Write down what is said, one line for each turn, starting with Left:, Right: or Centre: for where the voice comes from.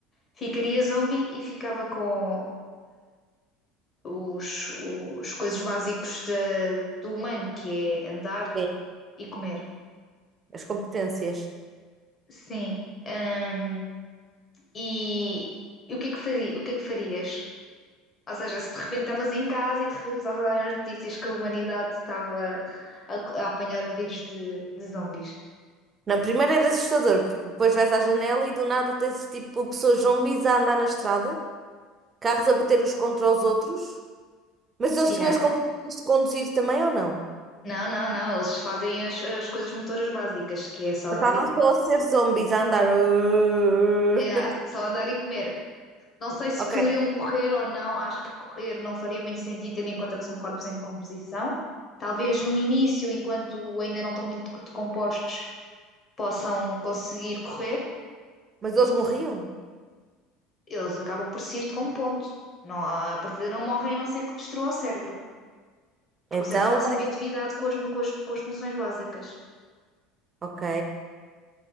Left: ficaria zombie e ficava com os, os coisas básicos da- do humano, que é andar
Right: Sim,
Left: e comer.
Right: as competências.
Left: Sim. Ahm, e, e o que é que fazia, o que é que farias? Ou seja, se de repente estavas em casa e de repente começavas a dar as notícias que a humanidade estava a, a apanhar o vírus de, de zombies.
Right: Não, primeiro era assustador, porque depois vais à janela e do nada tens tipo pessoas zumbis a andar na estrada, carros a bater uns contra os outros, mas eles
Left: Yeah.
Right: tinham as competências de conduzir também ou não?
Left: Não, não, não, eles fazem as, as coisas motoras básicas, que é só andar
Right: Ou Estavam
Left: e comer.
Right: só a ser zumbis a andar. <laughs>
Left: Yeah, só andar e comer. Não sei se
Right: Ok,
Left: poderiam correr ou não, acho que correr não faria muito sentido, tendo em conta que são corpos em decomposição. Talvez no início, enquanto ainda não estão muito decompostos, possam conseguir correr,
Right: mas eles morriam.
Left: eles acabam por se ir decompondo. Não, a partida não morrem a não ser que destrua o cérebro, porque
Right: Então
Left: o cérebro está sempre
Right: vai.
Left: em atividade com as, com as, com as funções básicas.
Right: Ok.